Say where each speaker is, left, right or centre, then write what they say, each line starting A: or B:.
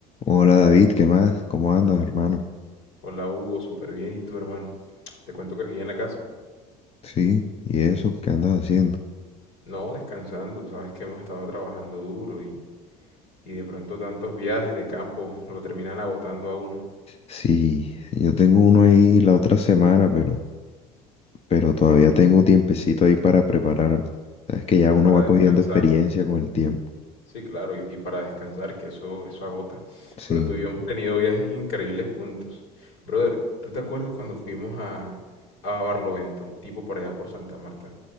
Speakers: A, on the left; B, on the left.
A: Hola David, ¿qué más? ¿Cómo andas, hermano?
B: Hola Hugo, súper bien. ¿Y tú, hermano? Te cuento que aquí en la casa.
A: Sí, ¿y eso? ¿Qué andas haciendo?
B: No, descansando. Tú sabes que hemos estado trabajando duro y, y de pronto tantos viajes de campo lo terminan agotando a uno.
A: Sí, yo tengo uno ahí la otra semana, pero, pero todavía tengo tiempecito ahí para prepararme. Sabes que ya
B: Y
A: uno
B: para
A: va cogiendo
B: descansar,
A: experiencia con el tiempo.
B: sí, claro, y, y para descansar, que eso, eso agota.
A: Sí,
B: Pero tú y yo hemos tenido viajes increíbles juntos. Brother, ¿tú te acuerdas cuando fuimos a, a Barlovento, tipo por allá por Santa Marta?